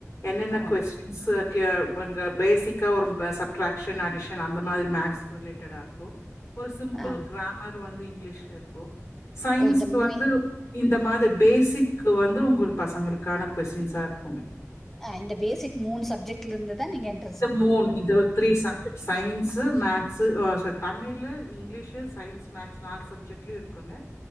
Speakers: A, on the left (about 60°); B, in the centre.
A: என்னென்ன
B: ஆ
A: கொஸ்டின்ஸு கே பன்க பேசிக்க ஒரு பே சப்ட்ரக்க்ஷன் அடிஷன் அந்த மாரி மேக்ஸ் ரிலேட்டடாருக்கு ஒரு சிம்பிள்
B: ஆ
A: கிராமர் வந்து இங்லீஷ்லருக்கு சய்ன்ஸுக்கு
B: ஓ இந்த
A: வந்து
B: மெயின்
A: இந்த மாது பேசிக்கு வந்து உங்குளு பசங்களுக்கானக் கொஸ்டின்ஸாருக்
B: அ இந்த பேசிக் மூன் சப்ஜெக்ட்ல இருந்துதா நீங்கன்
A: இந்த மூன் இந்த three subject science maths ஓச தமிழு இங்கிலீஷு சய்ன்ஸ் மேக்ஸ் நாலு சப்ஜெக்ட்லியுருக் குங்க